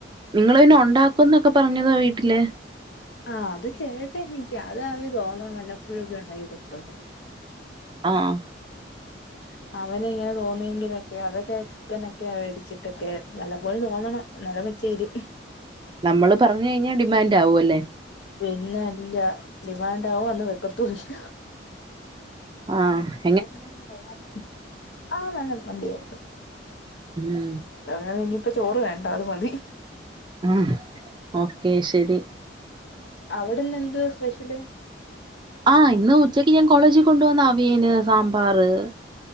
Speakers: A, on the right; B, on the left.
A: നിങ്ങൾ പിന്നെ ഉണ്ടാക്കുംന്നൊക്കെ പറഞ്ഞതോ വീട്ടില്
B: ആഹ് അത് ചേട്ടനിക്ക്യാ അത് അവന് തോന്ന് വല്ലപ്പൊഴൊക്കെ ഉണ്ടായിട്ടെ <unintelligible>
A: ആഹ്
B: <inaudible> അവന് ഇങ്ങനെ തോന്നിയെങ്കിലൊക്കെ അതൊക്കെ ചിക്കനൊക്കെ വേടിച്ചിട്ടൊക്കെ വല്ലപോഴും തോന്നണം എന്നാലെ വെച്ചേരു
A: നമ്മള് പറഞ്ഞു കഴിഞ്ഞാ ഡിമാൻഡ് ആവു അല്ലേ
B: പിന്നെ അല്ല ഡിമാൻഡ് ആവും അന്ന് വെക്കത്തും ഇല്ല
A: അഹ്
B: <unintelligible> കൊള്ളായിരുന്നോ ആഹ് നല്ലം <unintelligible> എടുത്ത്
A: ഉം
B: അങ്ങനെ ഇനിപ്പ ചോറ് വേണ്ട അത് മതി
A: ഉം ഓക്കേ ശെരി
B: അവ്ടെന്നെന്ത് വാ സ്പെഷ്യല്
A: ആഹ് ഇന്ന് ഉച്ചക്ക് ഞാൻ കോളേജിൽ കൊണ്ടുവന്ന അവിയല് സാമ്പാറ്